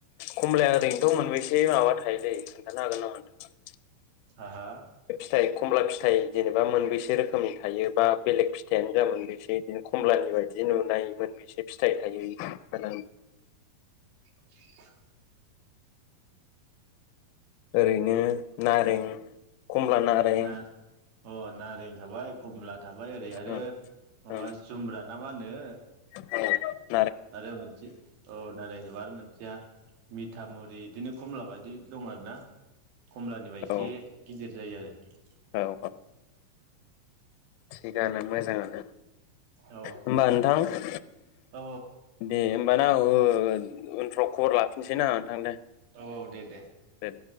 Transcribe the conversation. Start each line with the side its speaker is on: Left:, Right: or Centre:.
Left: खमलाया ओरैनोथ' मोनबेसै माबा थायोलै खोन्थानो हागोन नामा नोंथाङा
Right: आहा
Left: फिथाइ खमला फिथाइ जेनेबा मोनबेसे रोखोमनि थायो बा बेलेग फिथाइयानो जा मोनबेसे बिदिनो खमलानि बायदि नुनाय मोनबेसे फिथाइ थाय थायो
Right: <inaudible>
Left: ओरैनो नारें खमला नारें
Right: ना अ नारें थाबाय खमला थाबाय ओरै आरो
Left: ओं
Right: माबा
Left: ओं औ
Right: जुमब्रा ना मा होनो
Left: <unintelligible>
Right: आरो मोनसे औ नारें जुमब्रा मोनसेया मिथाामुरि बिदिनो खमला बायदि दं आरोना खमलानिफ्राय एसे
Left: औ
Right: गिदिर बिदि जायो आरो
Left: औ थिगानो मोजाङानो
Right: आरो
Left: होमबा नोंथां दे
Right: औ
Left: दे होनबाना आ उनफ्राव खबर लाफिनसै ना आ नोंथां दे
Right: औ औ दे दे
Left: दे